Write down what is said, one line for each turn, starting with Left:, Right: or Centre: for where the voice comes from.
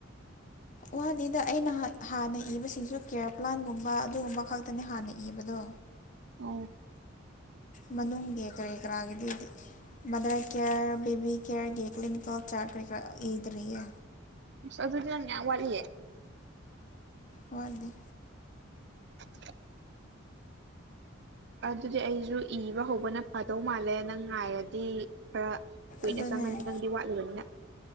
Left: ꯋꯥꯗꯦꯗ ꯑꯩꯅ ꯍ ꯍꯥꯟꯅ ꯏꯕꯁꯤꯡꯁꯨ ꯀꯦꯌꯔ ꯄ꯭ꯂꯥꯟꯒꯨꯝꯕ ꯑꯗꯨꯒꯨꯝꯕ ꯈꯛꯇꯅꯦ ꯍꯥꯟꯅ ꯏꯕꯗꯣ
Right: ꯑꯣ
Left: ꯃꯅꯨꯡꯒꯤ ꯀꯔꯤ ꯀꯔꯥꯒꯤꯗꯤꯗꯤ ꯃꯗꯔ ꯀꯤꯌꯔ ꯕꯦꯕꯤ ꯀꯤꯌꯔꯒꯤ ꯀꯂꯤꯅꯤꯀꯦꯜ ꯆꯥꯔꯠ ꯀ꯭ꯔꯤ ꯀ꯭ꯔꯥ ꯏꯗ꯭ꯔꯤꯌꯦ
Right: ꯑꯁ ꯑꯗꯨꯗꯤ ꯅꯪ ꯌꯥꯝ ꯋꯥꯠꯂꯤꯌꯦ
Left: ꯋꯥꯠꯗꯦ
Right: <unintelligible> ꯑꯗꯨꯗꯤ ꯑꯩꯖꯨ ꯏꯕ ꯍꯧꯕꯅ ꯐꯗꯧ ꯃꯥꯜꯂꯦ ꯅꯪ ꯉꯥꯏꯔꯗꯤ ꯈꯔ ꯀꯨꯏꯅ
Left: ꯑꯗꯨꯅꯦ
Right: ꯆꯪꯉꯅꯤ ꯅꯪꯗꯤ ꯋꯥꯠꯂꯤꯕꯅꯤꯅ